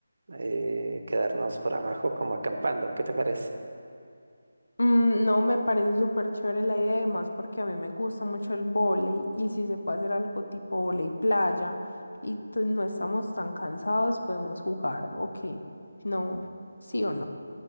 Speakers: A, on the right; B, on the left.
A: eh, quedarnos por abajo como acampando, ¿qué te parece?
B: Mm, No me parece súper chévere la idea, además porque a mí me gusta mucho el vóley y si se puede hacer algo tipo vóley playa y t- no estamos tan cansados, podemos jugar, ok, no, sí o no.